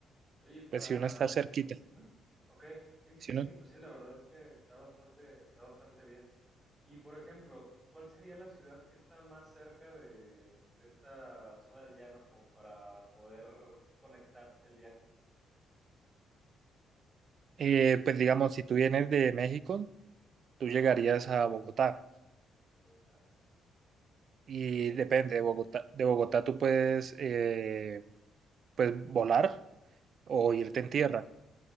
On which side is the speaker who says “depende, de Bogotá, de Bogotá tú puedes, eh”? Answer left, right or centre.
Right